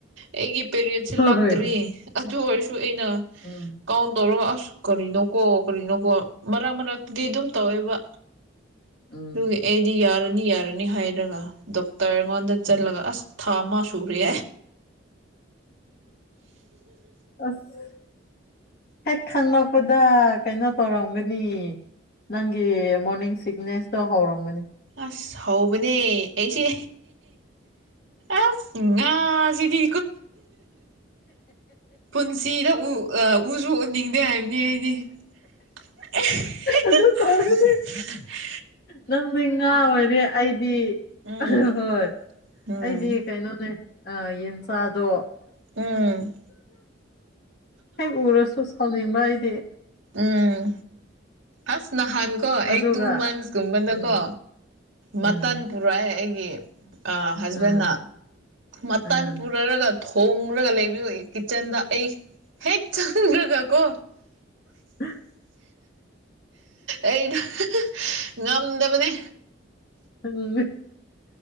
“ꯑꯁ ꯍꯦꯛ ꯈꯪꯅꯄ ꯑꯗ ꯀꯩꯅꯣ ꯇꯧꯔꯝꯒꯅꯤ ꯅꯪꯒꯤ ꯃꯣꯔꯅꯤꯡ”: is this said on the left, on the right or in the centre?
Left